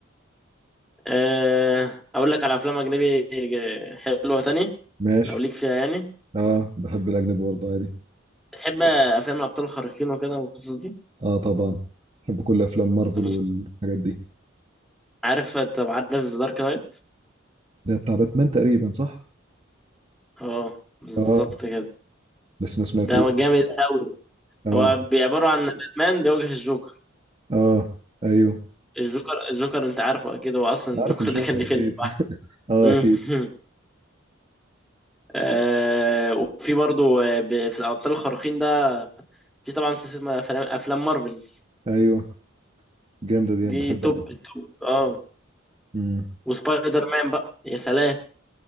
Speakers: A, in the centre; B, on the right.
A: أه، اقول لك على افلام اجنبي آه، حلوة تاني
B: ماشي
A: لو ليك فيها يعني
B: اه بحب الأجنبي برضه عادي
A: بتحب افلام الابطال الخارقين وكده والقصص دي
B: اه طبعا بحب كل افلام مارفل
A: طب
B: والحاجات دي
A: عارف طب عارف ذا دارك نايت
B: ده بتاع باتمان تقريبا صح
A: اه بالظبط
B: اه
A: كده
B: بس ما سمعتوش
A: ده جامد قوي
B: اه
A: هو بيعبروا عن باتمان بيواجه الجوكر
B: اه ايوه
A: الجوكر الجوكر انت عارفه اكيد هو اصلا
B: عارف
A: الجوكر
B: الجوكر
A: ده كان ليه
B: اكيد
A: فيلم
B: <laughs>
A: لوحده
B: اه اكيد
A: <laughs> آه وفي برضو آه، ب- في الابطال الخارقين ده في طبعا سلسله افلام أفلام مارفلز
B: ايوه جامده دي
A: دي
B: أنا بحبها
A: توب
B: قوي
A: التوب اه
B: امم
A: وسبايدر مان بقى يا سلام